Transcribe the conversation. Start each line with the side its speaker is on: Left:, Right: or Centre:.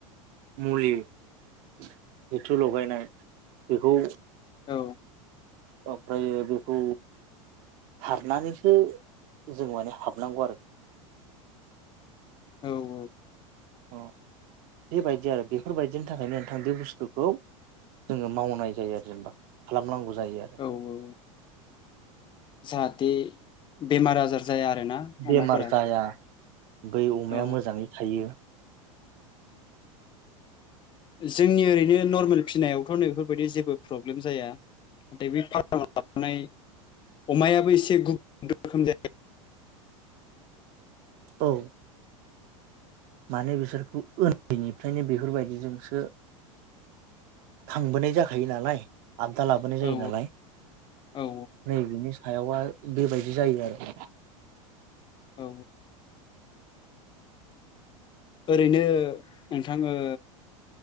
Right: मुलि जिथु लगायनाय बेखौ
Left: औ
Right: ओमफ्राय बे खौ सारनानैसो जों माने हाबनांगौ आरो <inaudible>
Left: औ औ
Right: अ बेबायदि आरो बेफोरबायदिनि थाखायनो नोंथां बे बुस्थुखौ जोङो मावनाय जायो आरो जेनेबा खालामनांगौ जायो आरो
Left: औ औ जाहाथे बेमार आजार जाया आरो ना
Right: बेमार
Left: अमाफोरा
Right: जाया बै अमाया
Left: औ
Right: मोजाङै थायो
Left: जोंनि ओरैनो नर्मेल फिसिनायावथ' नैफोरबायदि जेबो प्रब्लेम जाया नाथाय बे फार्माव लाबोनाय अमायाबो एसे गुबुन रोखोम जायो
Right: औ माने बिसोरखौ उन्दैनिफ्रायनो बेफोरबायदिजोंसो खांबोनाय जाखायो नालाय आददा लाबोनाय जायो
Left: औ
Right: नालाय
Left: औ
Right: नै बिनि सायावबा बेबायदि जायो आरो ना
Left: औ ओरैनो नोंथां ओ